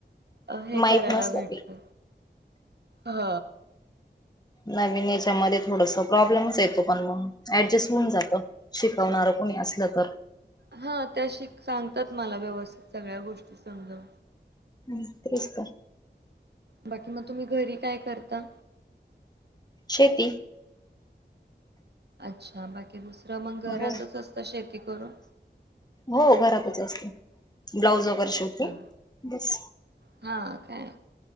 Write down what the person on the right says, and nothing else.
अ हे
करायला
भेटत
ह
हा त्याशीिक सांगतात मला व्यवस्थित सगळ्या गोष्टी समजव
बाकी मग तुम्ही घरी काय करता
अच्छा बाकी दुसरं मग घरातच
असतं शेती करून
अच्छा
हा काय